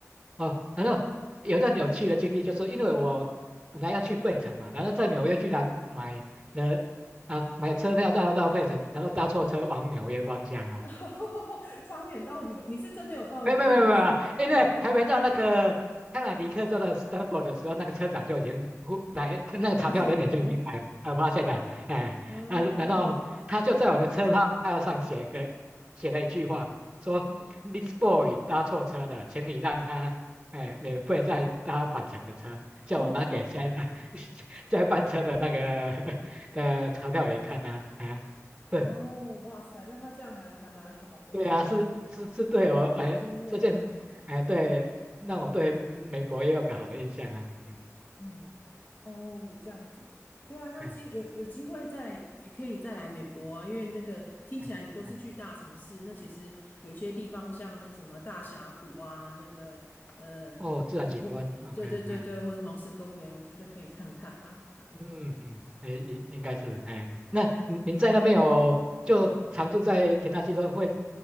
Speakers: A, on the right; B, on the left.
A: 哦，然后有一段有趣的经历，就是因为我本来要去费城嘛，然后在纽约居然买了啊买车票到到费城，
B: 嗯，
A: 然后搭错车往纽约方向啊。
B: <laughs> 差点到纽，你是真的有到纽约，
A: 没有没有没有没有，
B: 还是差点到纽约？
A: 因为还没到那个康乃狄克州的
B: 嗯，
A: s t a m f o r 的时候，那个车长就已经呼来，那个查票人员就已经来呃发现了，
B: 发现不对。
A: 哎啊，
B: <laughs> 哦，
A: 然后他就在我的车票上写个写了一句话，说
B: 嗯，
A: This boy 搭错车了，请你让他哎免费再搭返程的车，叫我拿给下一班
B: 哦，这么好。
A: <laughs> 下一班车的那个 <laughs> 的查票员看呐啊，对，
B: 哦，哇塞，那他这样还还蛮好的耶，
A: 对啊，是是是对哦，
B: 好的经验。
A: 哎这件事哎对，
B: 嗯嗯嗯。
A: 让我对美国也有个好的印象啊，嗯
B: 嗯，哦，这样子，对啊，那机有有机会再也可以再来美国啊，
A: 嗯
B: 因为那个听起来你都是去大城市，
A: 嗯嗯，
B: 那其实有些地方像那个什么大峡谷啊，那个呃，
A: 哦，自然景观，OK，
B: 或、哦、对对对对，
A: 嗯嗯
B: 或是黄石公园，我觉得可以看看啊。
A: 嗯嗯，哎应应该是哎，那您您在那边有就常住在田纳西州会